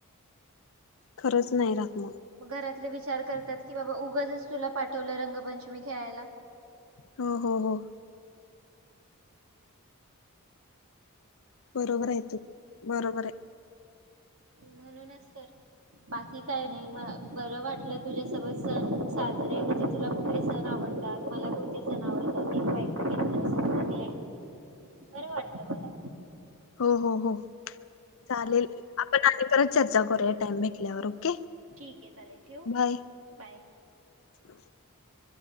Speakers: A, on the left; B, on the right.
A: खरंच नाही राहात मग.
B: मग घरातले विचार करतात की बाबा उगंचच तुला पाठवलं रंगपंचमी खेळायला.
A: हो हो हो बरोबर आहे तू बरोबर आहे.
B: म्हणूनच तर. बाकी काय नाही म बरं वाटलं तुझ्यासोबत सण साजरे म्हणजे तुला कुठले सण आवडतात तात मला कोणते सण आवडतात ते तू ऐकून घेतलंस तुझं मी ऐकून घेतलं. बरं वाटलं मला.
A: हो हो हो चालेल आपण आणि परत चर्चा करूया टाइम भेटल्यावर. ओके
B: ठीक आहे चालेल ठेऊ?
A: बाय.
B: बाय.
A: <inaudible>